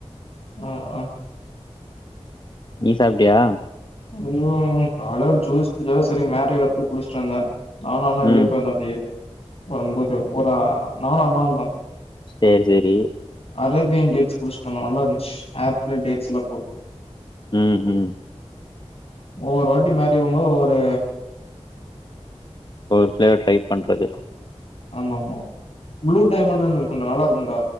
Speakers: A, on the left; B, on the left.
A: ஹ ஆஹ
B: நீ சாப்ட்டியா
A: ஒரு கால ஜுஸ் ஜுஸ் சரி மேரேல போய் குடிச்சிட்டு வந்த நானாந்தா வெளிய
B: ம்
A: போயிருந்தாப்படி வரும்போது ஒரு ஆ நானு அண்ணாவுந்தா
B: சேர் செரி
A: அரேபியன் டேட்ஸ் குடிச்சிட்டு வந்தோ நல்லா இந்துச்சு ஆப்பிள், டேட்ஸ்ல்லா போட்டு
B: ம் ஹும்
A: ஒவ்வொரு வாட்டி மாறி வரும்போது ஒரு
B: ஓர் ட்ரே டைப் பண்றது
A: ஆமாரமா ப்ளூ டைமண்ட்டுன்று இரு கொண்டோ நல்லா இருக்குன்டா